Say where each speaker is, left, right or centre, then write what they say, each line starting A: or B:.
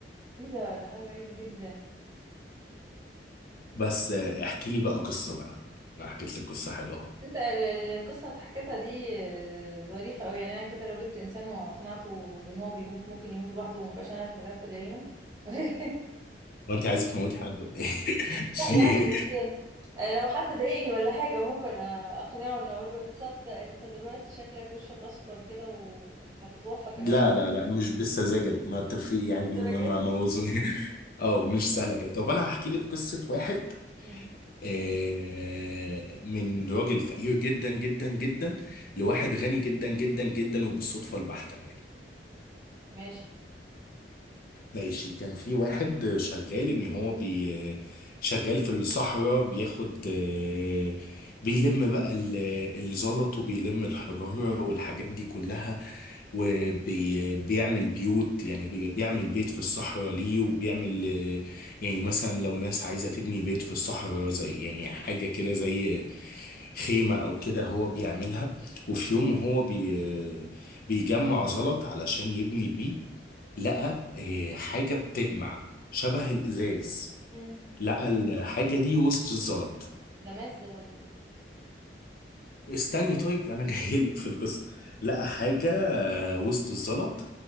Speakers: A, on the right (about 20°); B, on the left (about 55°).
A: ايه ده ده حاجة غريبة جدا
B: بس آه، احكي لي بقى قصه بقى انا حكيت لك قصه حلوه اهو
A: انت ال- ال- القصة اللي حكيتها دي آه، ظريفة قوي يعني انا كده لو جبت انسان واقنعته بان هو بيموت ممكن يموت لوحده ومبقاش انا ارتكبت جريمة <laughs>
B: وانت عايزه تموتي حد ولا ايه <laughs> في
A: لا يعني
B: إيه؟
A: بس آه، لو حد ضايقني ولا حاجة ممكن آه، اقنعه ان اقول له تصدق انت دلوقتي شكلك وشك اصفر كده وهتتوفى كمان
B: لا
A: <laughs>
B: لا لا مش بالسذاجه دي ما تفي
A: شوية
B: يعني
A: الدرجات
B: ما موضوع <laughs>
A: اه
B: اه مش سهله كده طب انا هحكي لك قصه واحد
A: مم.
B: آه، من راجل فقير جدا جدا جدا لواحد غني جدا جدا جدا وبالصدفه البحته يعني
A: ماشي
B: ماشي كان في واحد شغال ان هو بي شغال في الصحراء بياخد آه، بيلم بقى ال- الزلط وبيلم الحجارة والحاجات دي كلها وبيعمل بيوت يعني بي- بيعمل بيت في الصحراء ليه وبيعمل آه، يعني مثلا لو ناس عايزة تبني بيت في الصحراء زي يعني حاجة كده زي خيمة أو كده هو بيعملها وفي
A: مم.
B: يوم هو بي بيجمع زلط علشان يبني بيه لقى آه، حاجة بتلمع شبه الإزاز
A: مم.
B: لقى الحاجة دي وسط الزلط
A: ده ماس ده ولا ايه
B: استني طيب أنا جايلك <laughs> في القصة
A: ماشي.
B: لقى حاجة آه، وسط الزلط